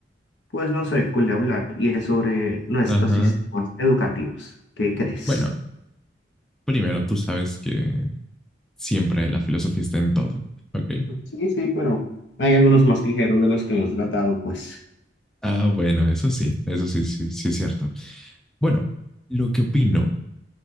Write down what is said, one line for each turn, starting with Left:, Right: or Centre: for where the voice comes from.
Left: pues no sé, cuál hablar, y es sobre nuestros
Centre: Ajá.
Left: sistemas educativos. ¿Qué crees?
Centre: Bueno, primero tú sabes que siempre la filosofía está en todo, ¿ok?
Left: Sí, sí, pero hay algunos más ligeros de los que hemos tratado, pues.
Centre: Ah, bueno, eso sí, eso sí, sí, sí es cierto. Bueno, lo que opino,